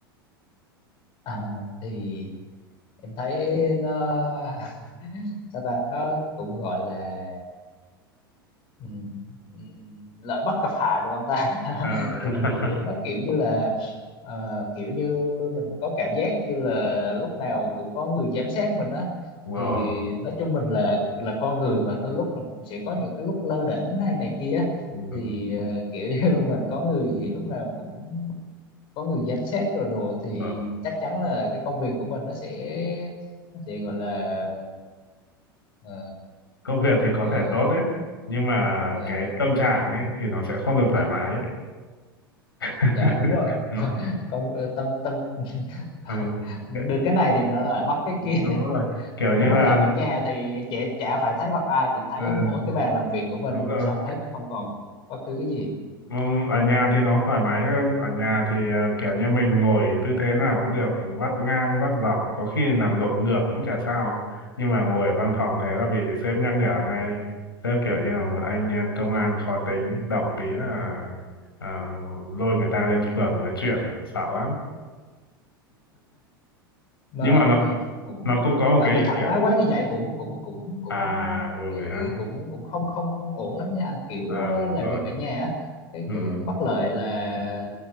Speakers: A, on the left; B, on the left.
A: À, thì em thấy nó <laughs> sao ta nó cũng gọi là ừm, ừm, lợi bất cập hại được không ta <laughs>
B: Ờ, <laughs>
A: thì nó kiểu như là ờ, kiểu như mình có cảm giác như là lúc nào cũng có người giám sát mình á
B: đúng rồi
A: thì nói chung mình là là con người mà đôi lúc mình cũng sẽ có những cái lúc lơ đễnh hay này kia á.
B: ừ,
A: thì ờ, kiểu như <laughs> mình có người lúc nào cũng có người giám sát rồi đồ thì
B: đúng rồi.
A: chắc chắn là cái công việc của mình nó sẽ nó sẽ gọi là ờ,
B: công việc thì có
A: ờ,
B: thể tốt đấy nhưng mà
A: dạ
B: cái tâm trạng ấy thì nó sẽ không được thoải mái <laughs>
A: dạ đúng rồi
B: Đúng
A: <laughs>
B: rồi.
A: công ờ, tâm tâm <laughs>
B: Ừ.
A: được
B: Kiểu-
A: cái này thì nó lại mất cái
B: Đúng
A: kia
B: rồi.
A: <laughs>
B: Kiểu
A: nếu
B: như
A: mà
B: là
A: làm ở nhà thì trẻ chả phải thấy mặt ai chỉ thấy
B: ừ,
A: mỗi cái bàn làm việc của mình
B: đúng rồi.
A: xong hết không còn bất cứ cái gì
B: Ừ, ở nhà thì nó thoải mái hơn ở nhà thì à, kiểu như mình ngồi tư thế nào cũng được vắt ngang vắt dọc có khi nằm lộn ngược cũng chả sao nhưng mà ngồi ở văn phòng thế là bị sếp nhắc nhở ngay sếp kiểu như là một anh à, công an khó tính động tí là à, lôi người ta lên phường nói chuyện sợ lắm
A: mà
B: nhưng mà nó
A: mà cũng
B: nó cũng có một
A: mà
B: cái
A: mà
B: ưu
A: thoải
B: điểm
A: mái quá như vậy cũng cũng cũng cũng
B: à ừ
A: cái-
B: ha
A: cũng cũng không không không ổn lắm nha anh kiểu
B: à,
A: ờ,
B: đúng
A: làm
B: rồi
A: việc ở nhà á cái
B: ừ,
A: cái cái bất lợi là